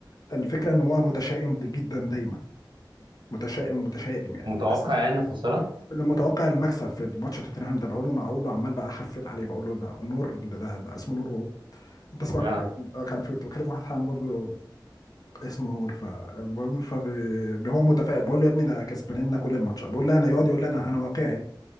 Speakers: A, on the left (about 50°); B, on the right (about 75°).
A: الفكره ان هو متشائم د- جدا دايما متشائم متشائم يعني
B: متوقع
A: بس
B: يعني الخساره
A: متوقع المكسب في ماتش توتنهام ده بقول له معقول وعمال بقى احفل عليه بقول له ده نور ده, ده اسمه نور وهو. انت اسمك
B: اه
A: آه، كان في كنت بكلم واحد حام برضه اسمه نور فالمهم فب- هو متفائل بقول له يا ابني ده كسبان لنا كل الماتش بقول له انا يقعد يقول لي انا انا واقعي